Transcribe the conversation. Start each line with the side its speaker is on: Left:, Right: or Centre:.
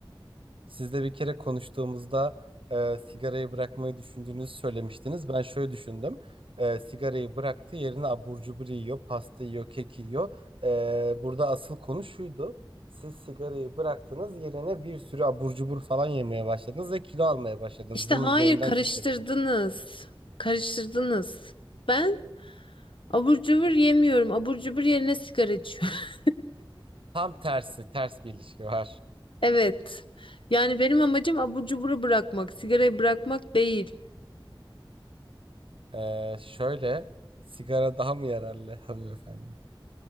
Right: Sizle bir kere konuştuğumuzda e, sigarayı bırakmayı düşündüğünüzü söylemiştiniz. Ben şöyle düşündüm. E, sigarayı bıraktı, yerine abur cubur yiyor, pasta yiyor, kek yiyor. E, burada asıl konu şuydu. Siz sigarayı bıraktınız, yerine bir sürü abur cubur falan yemeye başladınız ve kilo almaya başladınız.
Left: işte
Right: Bunun
Left: hayır
Right: üzerinden
Left: karıştırdınız.
Right: gidecektim.
Left: Karıştırdınız. Ben abur cubur yemiyorum. Abur cubur yerine sigara içiyorum. <laughs>
Right: Tam tersi, ters bir ilişki var.
Left: Evet. Yani benim amacım abur cuburu bırakmak, sigarayı bırakmak değil.
Right: E, şöyle, sigara daha mı yararlı hanımefendi?